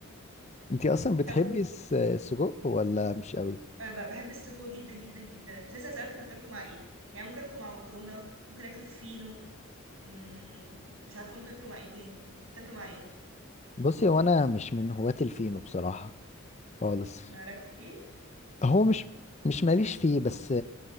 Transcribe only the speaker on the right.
طب
انا ب- بحب السجق جدا جدا جدا أنا كنت لسه هسألك انت بتاكله مع ايه يعني ممكن اكله مع مكرونة ممكن اكله في فينو مم، مش عارفة ممكن اكله مع ايه تاني انت بتاكله مع ايه
مالكش فيه